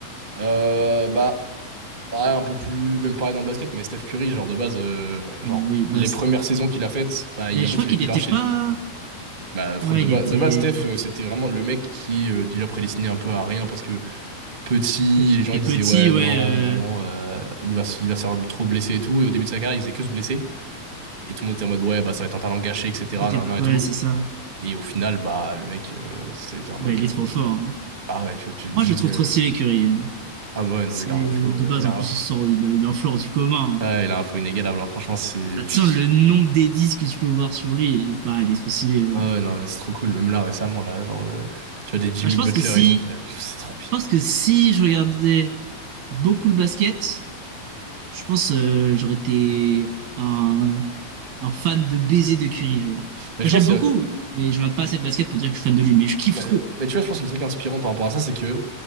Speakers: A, on the right; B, on the right.
A: Euh, bah, pareil, un peu plus, même pareil dans le basket, mais Steph Curry, genre de base, euh, genre
B: Oui, bah,
A: les
B: c'est-
A: premières saisons qu'il a faites, bah,
B: bah,
A: il,
B: je
A: en fait,
B: crois qu'il
A: il, il
B: était
A: a enchaîné.
B: pas.
A: Bah, fr-
B: Ouais,
A: de,
B: il
A: ba-
B: était.
A: de base, Steph, euh, c'était vraiment le mec qui euh, déjà prédestinait un peu à rien parce que petit,
B: Parce qu'il
A: les gens
B: est
A: ils disaient
B: petit,
A: ouais,
B: ouais.
A: non,
B: euh,
A: bon, euh, il va, se- il va se faire trop blesser et tout. Et au début de sa carrière, il faisait que se blesser. Et tout le monde était en mode ouais, bah, ça va être un talent gâché, etc.
B: C'était.
A: nan, nan, et
B: Ouais,
A: tout.
B: c'est ça.
A: Et au final, bah, le mec, euh, c'était en mode
B: Bah, il
A: euh,
B: est trop fort. hein.
A: bah ouais, tu, tu
B: Moi,
A: te dis
B: je le trouve
A: euh,
B: trop stylé, Curry. hein.
A: ah ouais, non,
B: C'est
A: mais il a un
B: de
A: flow,
B: base,
A: euh, il
B: en
A: a
B: plus,
A: un.
B: il sort, il a il a un floor du commun.
A: Ouais,
B: hein.
A: il a un flow inégalable, hein. Franchement, c'est...
B: Bah, de
A: Puis...
B: toute façon, le nombre d'Edis que tu peux voir sur lui, bah, il est trop stylé, genre.
A: Ah ouais, non, mais c'est trop cool. Même là, récemment, là, genre... euh, tu vois, des Jimmy
B: Bah, je
A: Butler
B: pense que si,
A: et tout, qu'il a... C'est trop bien.
B: je pense que si je regardais beaucoup le basket, je pense euh, j'aurais été un, un fan de baiser de Curry, genre.
A: Mais
B: Bah,
A: je
B: j'aime
A: pense... qu'il
B: beaucoup,
A: y a- euh,
B: mais je regarde pas assez de basket pour dire que je suis fan de lui, mais je kiffe
A: Mais,
B: trop.
A: mais tu vois, je pense que le truc inspirant par rapport à ça, c'est que...